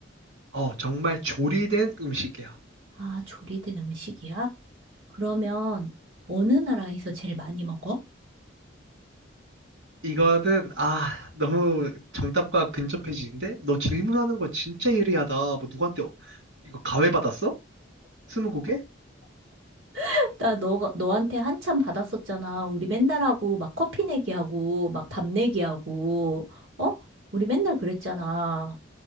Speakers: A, on the right; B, on the right.
A: 어, 정말 조리된 음식이야.
B: 아, 조리된 음식이야? 그러면 어느 나라에서 제일 많이 먹어?
A: 이거는, 아, 너무 정답과 근접해지는데? 너 질문하는 거 진짜 예리하다. 뭐 누구한테 어- 이거 가회 받았어? 스무고개?
B: <laughs> 나 너, 너한테 한참 받았었잖아. 우리 맨날 하고, 막 커피 내기하고, 막 밥 내기하고, 어? 우리 맨날 그랬잖아.